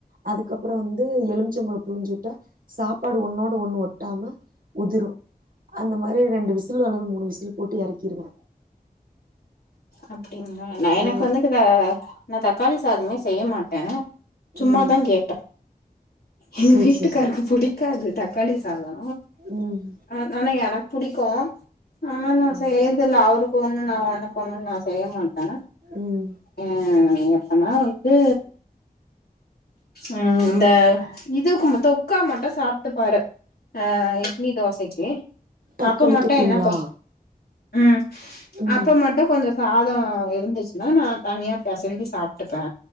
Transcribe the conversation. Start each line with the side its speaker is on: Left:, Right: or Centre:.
Right: அதுக்கப்றோ வந்து எலுமிச்சம்பழோ புழிஞ்சுவுட்டா சாப்பாடு ஒன்னோடு ஒன்னு ஒட்டாம உதிரு அந்த மாரி ரெண்டு விசிலு அல்லது மூணு விசில் போட்டு எறக்கிருவே
Left: அப்படிங்ளா நா எனக்
Right: ஆ
Left: வந்துக்கித நா தக்காளி சாதமே செய்ய மாட்டே சும்மாதா
Right: ம்
Left: கேட்டே எங்க
Right: சேரி
Left: வீட்டுக்காருக்கு
Right: சேரி
Left: புடிக்காது தக்காளி சாதோ
Right: ம்
Left: ஆ ஆனா எனக் புடிக்கூ ஆனா நா
Right: ம்
Left: செய்யறதில்ல அவருக் கு ஒன்னு நா எனக்கு ஒன்னுன் நா செய்யமாட்டே
Right: ம்
Left: ஆ அ அப்பனா இது ம் இந்த இதுகூனு தொக்கா மட்டு சாப்ட்டு பாரு ஆ இட்லி தோசைக்கு
Right: தக்காளி
Left: அப்ப மட்டு
Right: தொக்குங்களா
Left: என்ன ப ம்
Right: ம்
Left: அப்ப மட்டு கொஞ்சோ சாதோ இருந்துச்சுனா நா தனியா பெசஞ்சி சாப்ட்டுப்பே